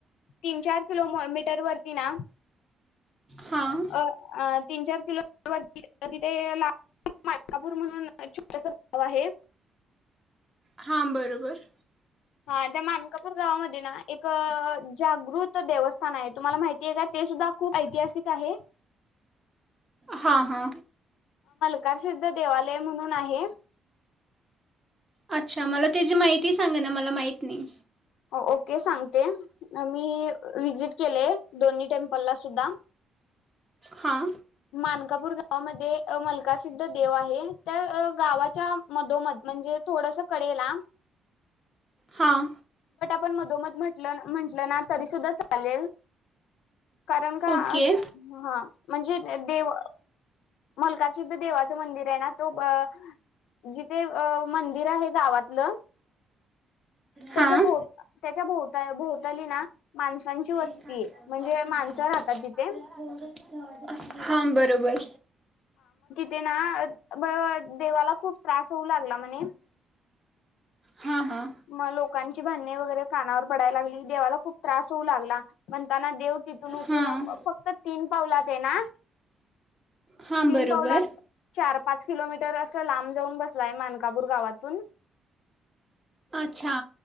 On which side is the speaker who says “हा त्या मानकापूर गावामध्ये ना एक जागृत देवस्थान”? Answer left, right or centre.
Left